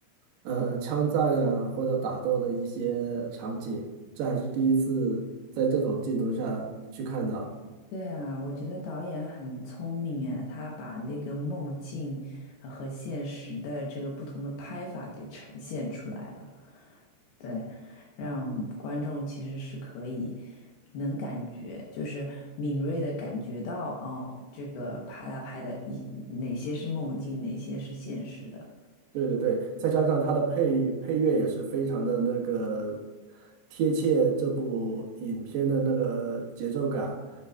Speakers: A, on the right; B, on the left.
A: 呃枪战啊或者打斗的一些场景，这还是第一次在这种镜头下去看到。
B: 对啊，我觉得导演很聪明哎，他把那个梦境呃和现实的这个不同的拍法给呈现出来了，对，让嗯观众其实是可以能感觉，就是敏锐的感觉到哦，这个拍他拍的一哪些是梦境，哪些是现实的，
A: 对对对，再加上它的配配乐也是非常的那个贴切这部影片的那个节奏感，